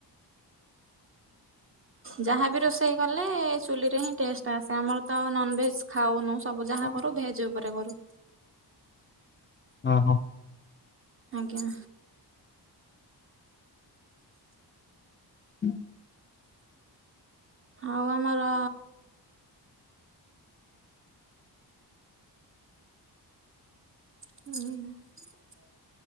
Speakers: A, on the right; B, on the left.
A: ଯାହା ବି ରୋଷେଇ କଲେ ଚୁଲିରେ ହିଁ ଟେଷ୍ଟ୍ ଆସେ। ଆମର ତ ଆଉ ନନ୍ଭେଜ ଖାଉନୁ ସବୁ। ଯାହା
B: ହଁ
A: କରୁ ଭେଜ୍ ଉପରେ କରୁ।
B: ହଁ ହଁ।
A: ଆଜ୍ଞା।
B: ହୁଁ।
A: ଆଉ ଆମର ଉଁ।